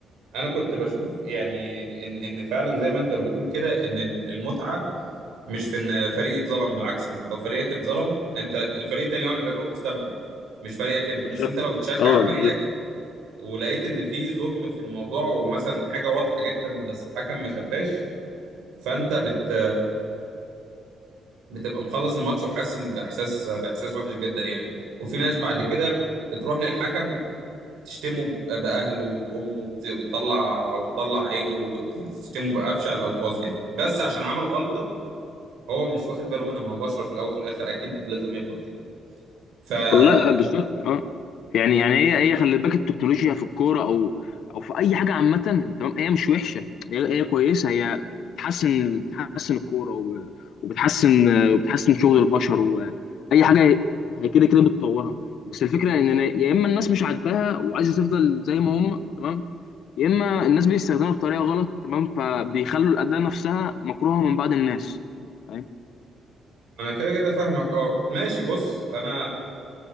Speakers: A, on the right; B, on the left.
A: انا كنت بشوف يعني ان ان فعلا زي ما انت بتقول كده ان ال- المتعه مش في ان فريق اتظلم بالعكس انت لو فريقك اتظلم انت الفريق التاني هو اللي بيبقى مستمتع مش فريقك انت
B: بالظبط
A: بس انت لو بتشجع
B: اه
A: فريقك ولقيت ان في ظلم في الموضوع ومثلا حاجه واضحه جدا بس الحكم ما شافهاش فانت بت بتبقى مخلص الماتش وحاسس ان باحساس باحساس وحش جدا يعني وفي ناس بعد كده بتروح للحكم تشتمه ب- باهله وبامه وبت- وبتطلع او بتطلع عينه وبتشتمه بابشع الالفاظ يعني بس عشان عمل غلطه هو مش واخد باله منها ما هو بشر في الاول وفي الاخر اكيد لازم يغلط يعني ف ف-
B: والله آه، بالظبط اه يعني يعني هي هي خلي بالك التكنولوجيا في الكوره او او في اي حاجه عامه تمام هي مش وحشه هي هي كويسه هي بتحسن بتحسن الكوره وب- وبتحسن وبتحسن شغل البشر واي حاجه هي كده كده بتطورها بس الفكره ان أنا- يا اما الناس مش عاجباها وعايزه تفضل زي ما هم تمام يا اما الناس بيستخدمها بطريقه غلط تمام فبيخلوا الاداه نفسها مكروهه من بعض الناس فاهم
A: انا كده كده فاهمك اه ماشي بص انا